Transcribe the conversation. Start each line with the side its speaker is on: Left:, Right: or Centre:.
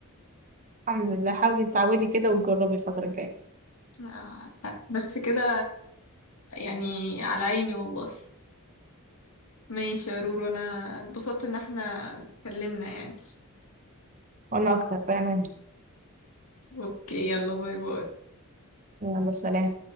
Right: الحمد لله حاولي تعودي كده وتجربي الفترة الجاية
Left: آه، بس كده يعني على عيني والله ماشي يا رورو انا اتبسطت ان احنا اتكلمنا يعني
Right: وانا اكتر بأمان
Left: اوكي يلا باي باي
Right: يلا سلام